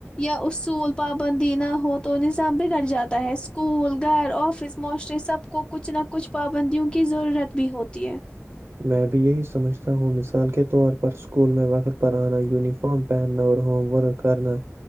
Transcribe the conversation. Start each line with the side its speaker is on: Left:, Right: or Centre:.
Left: یا اصول پابندی نہ ہو تو نظام بگڑ جاتا ہے اسکول گھر آفس معاشرے سب کو کچھ نہ کچھ پابندیوں کی ضرورت بھی ہوتی ہے
Right: میں بھی یہی سمجھتا ہوں مثال کے طور پر اسکول میں وقت پر آنا یونیفارم پہننا اور ہوم ورک کرنا